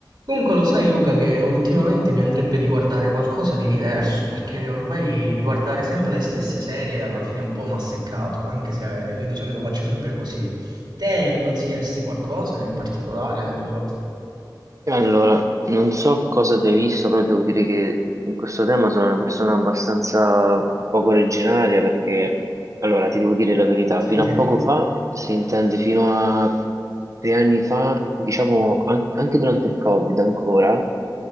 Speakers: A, on the right; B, on the right.
A: Comunque lo sai Luca che ultimamente mi andrebbe di guardare qualcosa di diverso, perché ormai riguardare sempre le stesse serie alla fine è un po' mi ha seccato, anche se eh, io di solito faccio sempre così. Te mi consiglieresti qualcosa in particolare? Non lo so.
B: Allora, non so cosa tu hai visto, però devo dire che in questo tema sono una persona abbastanza poco originaria perché, allora, ti devo dire la verità,
A: Sentiamo.
B: fino a poco fa, si intende fino a tre anni fa, diciamo an- anche durante il Covid ancora,